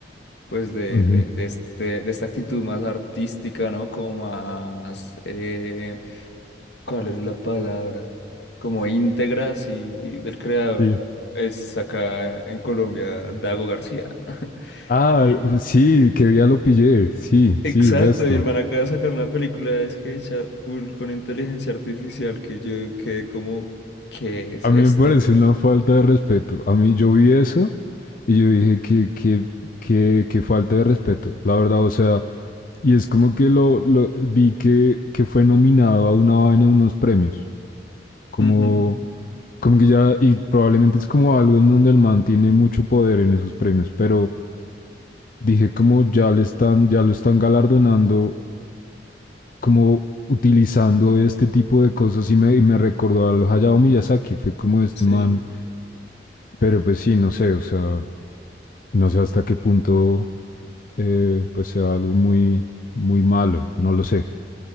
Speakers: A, on the left (about 75°); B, on the left (about 50°).
A: pues de,
B: Ujú,
A: de, de este, de esta actitud más artística, ¿no? Como más, eh, ¿cuál es la palabra? Como íntegra, sí, del creador.
B: sí.
A: Es acá en Colombia, Dago García, ¿no?
B: Ah,
A: <laughs>
B: sí, que día lo pillé, sí,
A: Exacto,
B: sí, resto.
A: y el man acaba de sacar una película es que hecha full con inteligencia artificial que yo quedé como, ¿qué es
B: A mí
A: esto,
B: me parece
A: weón?
B: una falta de respeto. A mí yo vi eso y yo dije que, que, que, que falta de respeto, la verdad, o sea... Y es como que lo, lo- vi que, que fue nominado a una vaina en unos premios. Como,
A: Ujú,
B: como que ya, y probablemente es como algo en donde el man tiene mucho poder en esos premios. Pero dije como ya le están, ya lo están galardonando, como utilizando este tipo de cosas y me, y me recordó al Hayao Miyazaki. Fue como este
A: sí.
B: man. Pero pues sí, no sé, o sea, no sé hasta qué punto eh, pues sea algo muy, muy malo. No lo sé.